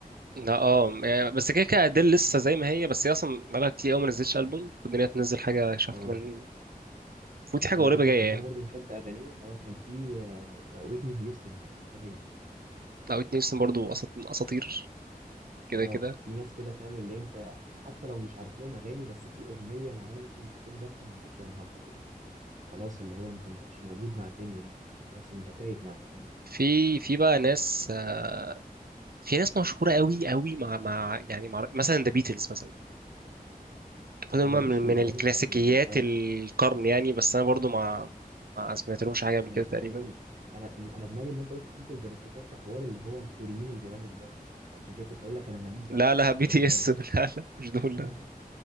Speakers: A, on the right; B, on the right.
A: لا اه يعني بس كده كده ادل لسه زي ما هي بس هي اصلا بقالها كتير قوي ما نزلتش البوم والدنيا تنزل حاجه شاف
B: اه
A: كمان فوتي حاجه
B: اللي
A: قريبه
B: كنت
A: جايه
B: بحبها
A: يعني
B: برضو بحب اغانيها اه كان في آه، ويتني هيوستن كنت بحبها قوي
A: او اتنين سن برضه أساط- اساطير كده
B: اه
A: كده
B: في ناس كده فاهم اللي انت حتى لو مش عارف لهم اغاني بس في اغنيه معينه ممكن تكون ظابطه معاك يا نهار ابيض خلاص اللي هو انت انت مش موجود مع الدنيا دي انت خلاص انت تايه مع الاغنيه
A: في في بقى ناس آه، في ناس مشهوره قوي قوي مع مع يعني مع مثلا ذا بيتلز مثلا المفروض إن هم
B: انا ماليش
A: من
B: في
A: من
B: الاغاني
A: الكلاسيكيات
B: بتاعت ال... اه
A: القرن يعني بس انا برضو ما ما سمعتلهمش حاجه قبل
B: انا
A: كده
B: ما سمعت
A: تقريبا
B: لهمش انا انا دماغي لما انت قلت بيتلز انا افتكرت حوار اللي هو الكوريين اللي بيغنوا دلوقتي فعشان كده كنت اقول لك انا ماليش دعوه
A: لا
B: بالسكه
A: لا <laughs> بي تي
B: دي خالص
A: اس <laughs> لا لا مش دول
B: <laughs> انا
A: لا